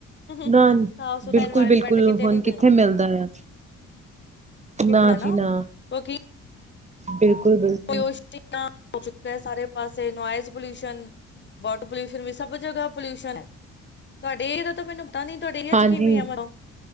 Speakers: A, on the left (about 35°); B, on the right (about 25°).
A: ਸਾਫ਼
B: ਨਾ
A: ਸੁਥਰਾ
B: ਬਿਲਕੁਲ
A: ਇਨਵਾਇਰਮੈਂਟ
B: ਬਿਲਕੁਲ
A: ਕਿਤੇ
B: ਹੁਣ
A: ਨੀ ਮਿਲਣਾ
B: ਕਿੱਥੇ ਮਿਲਦਾ ਐ
A: ਕਿਤੇ
B: ਨਾ ਜੀ ਨਾ।
A: ਕਿਉਂਕਿ
B: ਬਿਲਕੁਲ ਬਿਲਕੁਲ
A: ਪੋਲਿਊਸ਼ਨ ਹੋ ਚੁੱਕਾ ਹੈ ਸਾਰੇ ਪਾਸੇ ਨੋਇਜ਼ ਪੋਲਿਊਸ਼ਨ, ਵਾਟਰ ਪੋਲਿਊਸ਼ਨ, ਵੀ ਸਭ ਜਗ੍ਹਾ ਪੋਲਿਊਸ਼ਨ ਹੈ ਤੁਹਾਡੇ ਇਹਦਾ ਤਾਂ ਮੈਨੂੰ ਪਤਾ ਨੀ ਤੁਹਾਡੇ
B: ਹਾਂਜੀ
A: ਚ ਕਿਵੇਂ ਆ ਮਨੋਂ